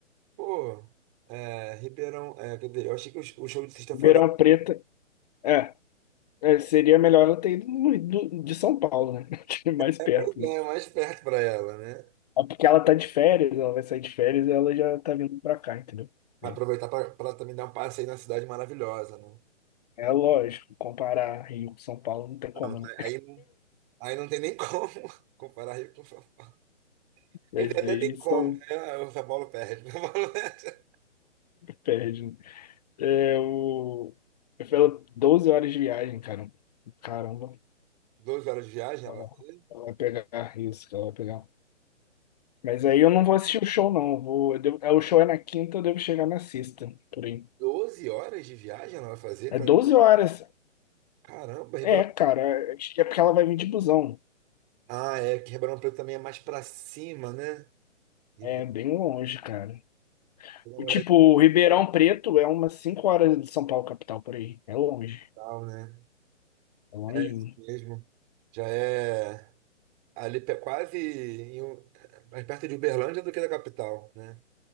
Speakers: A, on the right; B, on the left.
A: Pô, é, Ribeirão, é, quer dizer, eu achei que o, sh- o show de sexta-feira
B: Ribeirão Preto, é, é, seria melhor ela ter ido no- do- de São Paulo, né? <laughs> Que é Mais
A: é,
B: perto,
A: pois é,
B: mas...
A: é mais perto pra ela, né?
B: É porque ela tá de férias, ela vai sair de férias e ela já tá vindo pra cá, entendeu?
A: Vai
B: Sim.
A: aproveitar para também dar um passeio na cidade maravilhosa, né?
B: É lógico, comparar Rio com São Paulo não tem
A: Não,
B: como,
A: tá,
B: né?
A: Aí, não- aí não tem nem como <laughs> comparar Rio com São Paulo. Quer
B: Mas
A: dizer, até
B: aí
A: tem como,
B: só
A: né? O São Paulo perde. <laughs> São Paulo perde.
B: perde. né? É, o... Eu falo 12 horas de viagem, cara. Caramba.
A: 12 <laughs> horas de viagem ela
B: Ela
A: vai fazer?
B: ela vai pegar isso, que ela vai pegar. Mas aí eu não vou assistir o show, não. Eu vou... eu devo- é, O show é na quinta, eu devo chegar na sexta, por aí.
A: 12 horas de viagem ela vai fazer?
B: É
A: Pra...
B: 12 horas.
A: Caramba, Ribeirão.
B: É, cara. Acho que é porque ela vai vir de busão.
A: Ah, é que Ribeirão Preto também é mais para cima, né? Ribeirão
B: É bem longe, cara.
A: Preto
B: O tipo,
A: é
B: o Ribeirão Preto é umas 5 horas de São Paulo, capital, por aí. É longe.
A: tal, né?
B: É longinho.
A: É isso mesmo. Já é ali pe- quase em um- é, mais perto de Uberlândia do que da capital, né?